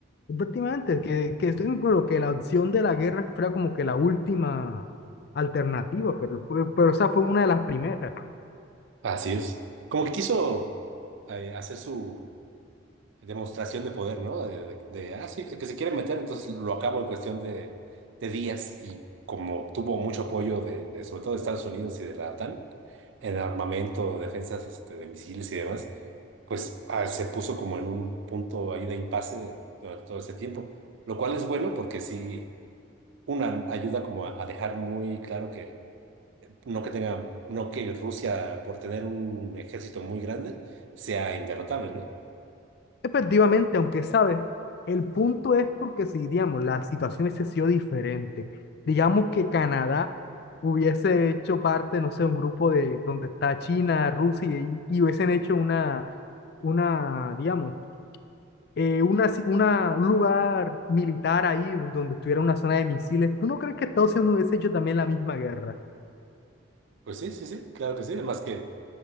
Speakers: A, on the left; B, on the right.
A: efectivamente, que, que estoy de acuerdo, que la opción de la guerra fuera como que la última alternativa, pero, fue- pero esa fue una de las primeras.
B: Así es. Como que quiso eh, hacer su, Demostración de poder, ¿no? De, de- de, ah, sí, que, que se quiere meter, entonces lo acabo en cuestión de, de días y como tuvo mucho apoyo de, de, sobre todo de Estados Unidos y de la OTAN en armamento, defensas este, de misiles y demás, pues ah, se puso como en un punto ahí de impasse durante todo ese tiempo, lo cual es bueno porque sí, una ayuda como a, a dejar muy claro que no que tenga, no que Rusia por tener un ejército muy grande sea inderrotable, ¿no?
A: Efectivamente, aunque sabes, el punto es porque si, digamos, la situación hubiese sido diferente, digamos que Canadá hubiese hecho parte, no sé, un grupo de donde está China, Rusia y, y hubiesen hecho una, una, digamos, eh, una, ci- una, un lugar militar ahí donde estuviera una zona de misiles, ¿tú no crees que Estados Unidos hubiese hecho también la misma guerra?
B: Pues sí, sí, sí, claro que sí. Más que,